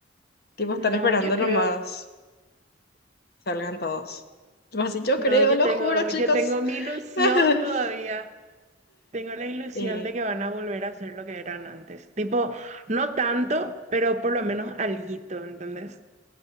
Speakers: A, on the left; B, on the right.
A: Tipo, están
B: No,
A: esperando
B: yo creo.
A: nomás salgan todos. Tipo así, yo
B: No,
A: creo,
B: yo
A: lo
B: tengo,
A: juro, chicos.
B: yo tengo mi ilusión
A: <laughs>
B: todavía. Tengo la ilusión
A: Y,
B: de que van a volver a ser lo que eran antes. Tipo, no tanto, pero por lo menos alguito, ¿entendés?